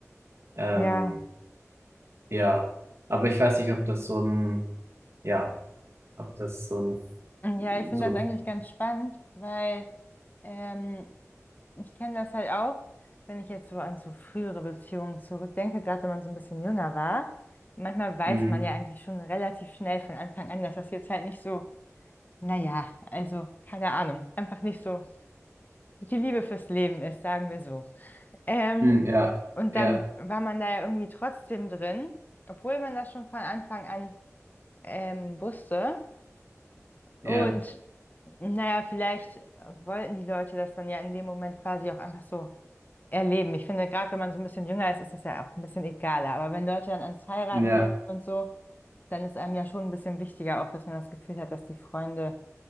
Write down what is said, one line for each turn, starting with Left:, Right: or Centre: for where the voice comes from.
Right: Ähm,
Left: Ja,
Right: ja, aber ich weiß nicht, ob das so ein, ja, ob das so ein,
Left: ja, ich finde
Right: so
Left: das
Right: ein,
Left: eigentlich ganz spannend, weil ähm, ich kenne das halt auch, wenn ich jetzt so an so frühere Beziehungen zurückdenke, gerade wenn man so ein bisschen jünger war. Manchmal weiß
Right: mm,
Left: man ja eigentlich schon relativ schnell von Anfang an, dass das jetzt halt nicht so, naja, also keine Ahnung, einfach nicht so die Liebe fürs Leben ist, sagen wir so. Ähm,
Right: mm, ja,
Left: und
Right: ja,
Left: dann war man da ja irgendwie trotzdem drin, obwohl man das schon von Anfang an ähm, wusste.
Right: ja,
Left: Und naja, vielleicht wollten die Leute das dann ja in dem Moment quasi auch einfach so erleben. Ich finde, gerade wenn man so ein bisschen jünger ist, ist das ja auch ein bisschen egaler. Aber wenn Leute dann ans Heiraten
Right: ja,
Left: denken und so, dann ist einem ja schon ein bisschen wichtiger auch, dass man das Gefühl hat, dass die Freunde